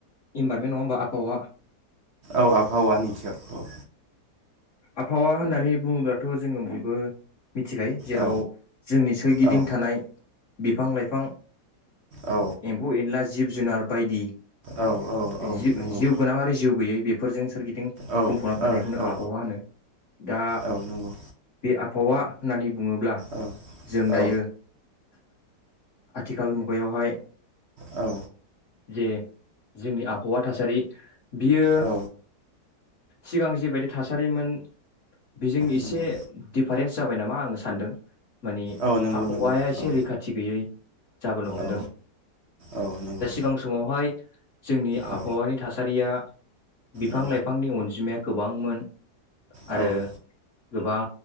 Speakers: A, on the left (about 45°); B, on the right (about 65°).
A: इनभारमेन्ट नङा होमबा आबहावा
B: औ आबहावा निसायाव औ।
A: आबहावा होननानै बुङोब्लाथ' जोङो बयबो मिथिखायो जेराव
B: औ
A: जोंनि सोरगिदिं
B: औ
A: थानाय बिफां लाइफां
B: औ
A: एम्फौ एनला जिब जुनार बायदि।
B: औ औ औ
A: जिउ
B: नंगौ
A: जिउ गोनां आरो जिउ गैयै बे <unintelligible>
B: औ ओ
A: बुंफावना थानायखौ
B: औ औ
A: आब हावा'आनो दा
B: औ नंगौ
A: आ बावा होननानै बुङोब्ला
B: औ
A: जों
B: औ
A: दायो आथिखाल मु बैयावहाय
B: औ
A: जे जोंनि आबहावा थासारि बियो
B: औ
A: सिगां जिबायदि थासारिमोन बेजों एसे
B: नंगौ
A: दे रेन्स जाबाय नामा आङो सानदों। मानि
B: औ नंगौ
A: आबहावाया
B: नंगौ
A: एसे
B: औ
A: रैखाथि गैयै जाबोनो हमदों।
B: औ औ नंगौ
A: सिगां समावहाय जोंनि
B: औ
A: आबहावानि थासारिया बिफां
B: औ
A: लाइफांनि अनजिमाया गोबांमोन आरो
B: औ नंगौ औ
A: गोबां